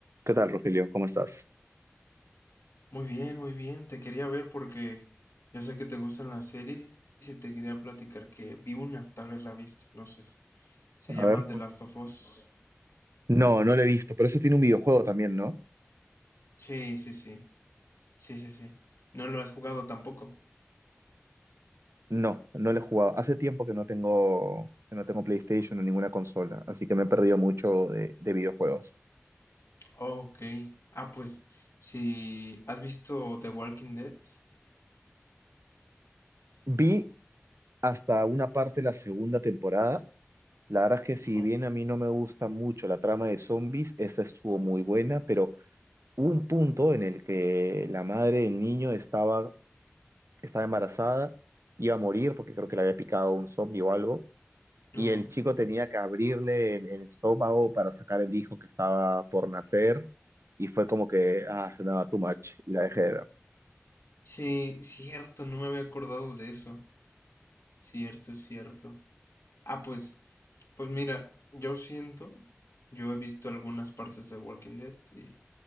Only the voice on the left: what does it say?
Muy bien, muy bien. Te quería ver porque yo sé que te gustan las series y te quería platicar que vi una, tal vez la viste, no sé. si- Se
llama
The
Last of Us.
Sí, sí, sí. Sí, sí, sí. No lo has jugado tampoco.
Ok. Ah, pues, si has visto The Walking Dead.
Ok.
Ajá.
Sí, cierto, no me había acordado de eso. Cierto, cierto. Ah, pues, pues mira, yo siento, yo he visto algunas partes de Walking Dead y